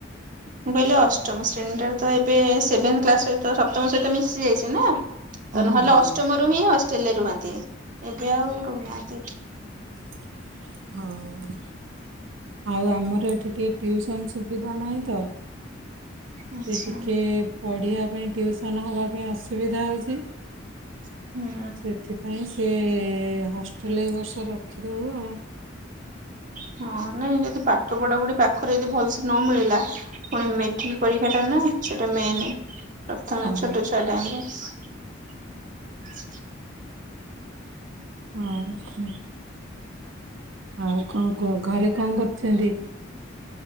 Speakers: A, on the right (about 40°); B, on the right (about 75°).
A: ମୁଁ କହିଲି ଅଷ୍ଟମ ଶ୍ରେଣୀଟା ତ ଏବେ ସେଭେନ୍‌ କ୍ଲାସ ସହିତ ସପ୍ତମ ସହିତ ମିଶଯାଇଛି ନା ତ
B: ହଁ
A: ନହେଲେ
B: ହଁ।
A: ଅଷ୍ଟମ ରୁ ହିଁ ହଷ୍ଟେଲ ରେ ରୁହନ୍ତି ଏବେ ଆଉ ରହୁନାହାନ୍ତି।
B: ହଁ। ଆଉ ଆମର ଏଠି ଟିକିଏ ଟିୁୟୁସନ୍ ସୁବିଧା ନାହିଁ ତ
A: ଆଚ୍ଛା
B: ସେ ଟିକେ ପଢ଼ିବା ପାଇଁ ଟ୍ୟୁସନ ହବା ପାଇଁ ଅସୁବିଧା ହେଉଛି।
A: ହୁଁ।
B: ସେଥିପାଇଁ ସିଏ ହଷ୍ଟେଲ ଏବର୍ଷ ରଖିଦେବୁ ଆଉ।
A: ହଁ ନାଇଁ ଯଦି ପାଠ ପଢା ବଢି ପାଖରେ ଯଦି ଭଲସେ ନ ମିଳିଲା ପୁଣି ମେ ମେଟ୍ରିକ ପରୀକ୍ଷା ଟା ନା ସେଟା ମେନ। ପ୍ରଥମେ
B: ହଁ
A: ଛୋଟ ଛଆ ଟାଇମିଂ ରେ।
B: ହଁ ହୁଁ। ଆଉ କଣ କୁହ ଘରେ କଣ କରୁଛନ୍ତି?